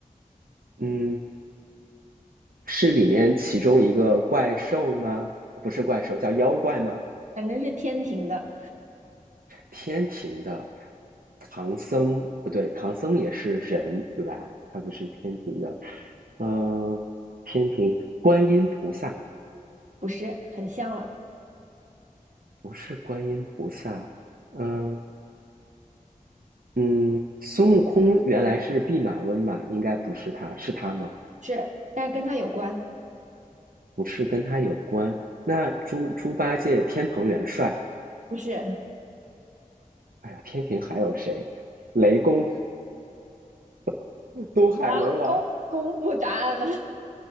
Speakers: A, on the right; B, on the right.
A: 嗯，是里面其中一个怪兽吗？不是怪兽，叫妖怪吗？
B: 反正是天庭的，
A: 天庭的唐僧，不对，唐僧也是人，对吧？他不是天庭的，嗯，天庭观音菩萨
B: 不是，很像了，
A: 不是观音菩萨，嗯嗯，孙悟空原来是弼马温嘛，应该不是他，是他吗？
B: 不是，但是跟它有关，
A: 不是跟他有关。那猪猪八戒天蓬元帅。
B: 不是。
A: 哎呀，天庭还有谁？雷公、<laughs> 东海龙王。
B: 啊，公公布答案了，